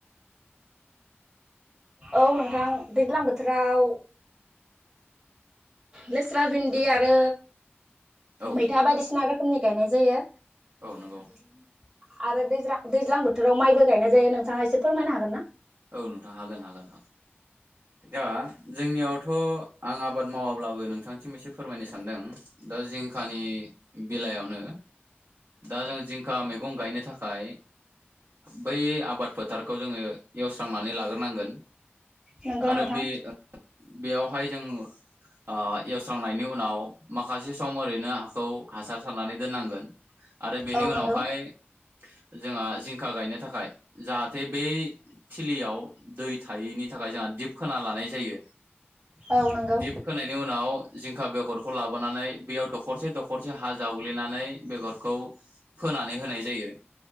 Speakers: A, on the right (about 25°); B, on the right (about 60°).
A: औ नोंथां दैज्लां बोथोराव लेस्रा भिन्दि आरो
B: औ
A: मैथा बायदिसिना रोखोमनि गाय जायो
B: औ नंगौ
A: <inaudible> आरो दैज दैज्लां बोथोराव माइबो गायनाय जायो नोंथाङा एसे फोरमायनो हागोन ना?
B: औ नो हागोन हागोन दा जोंनियावथ' आं आबाद मावाब्लाबो नोंथांथिम एसे फोरमायनो सानदों दा जिंखानि बेलायावनो दा जों जिंखा मैगं गायनो थाखाय बै आबाद फोथारखौ जोङो एवस्रांनानै लाग्रोनांगोन
A: नोंगौ
B: आरो
A: नथां
B: बे बेयावहाय जों ओ एवस्रांनायनि उनाव माखासे सम ओरैनो हाखौ हासार सारनानै दोननांगोन। आरो बेनि
A: औ
B: उनावहाय
A: नंगौ
B: जोंहा जिंखा गायनो थाखाय जाहाथे बै थिलियाव दै थायैनि थाखाय जोंहा दिप खोना लानाय जायो
A: औ नंगौ
B: दिप खोनायनि उनाव जिंखा बेगरखौ लाबोनानै बेयाव दखरसे दखरसे हा जावग्लिनानै बेगरखौ फोनानै होनाय जायो